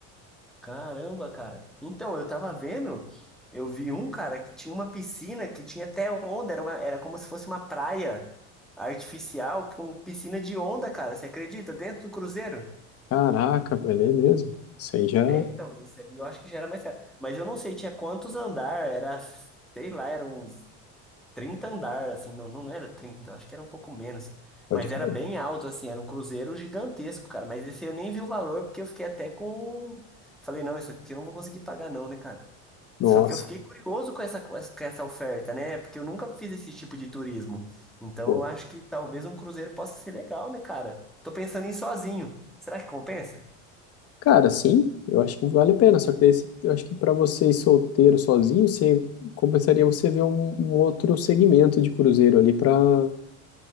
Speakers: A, in the centre; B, on the left.
A: Caramba, cara. Então, eu tava vendo, eu vi um cara que tinha uma piscina que tinha até onda, era uma, era como se fosse uma praia artificial com piscina de onda, cara. Você acredita? Dentro do cruzeiro?
B: Caraca, velho, é mesmo. Isso aí já
A: É, então, isso aí eu acho que já era mais caro. Mas eu não sei, tinha quantos andar, era, sei lá, eram. 30 andar, assim, não, não era trinta eu acho que era um pouco menos,
B: pode
A: mas
B: crer.
A: era bem alto, assim, era um cruzeiro gigantesco, cara, mas esse eu nem vi o valor, porque eu fiquei até com, falei, não, isso aqui eu não vou conseguir pagar não, né, cara?
B: Nossa,
A: Só que eu fiquei curioso com essa, com essa com essa oferta, né, porque eu nunca fiz esse tipo de turismo, então
B: pô.
A: eu acho que talvez um cruzeiro possa ser legal, né, cara? Tô pensando em ir sozinho, será que compensa?
B: Cara, sim, eu acho que vale a pena. Só que daí, você- eu acho que para você ir solteiro, sozinho, você compensaria você ver um, um outro segmento de cruzeiro ali para,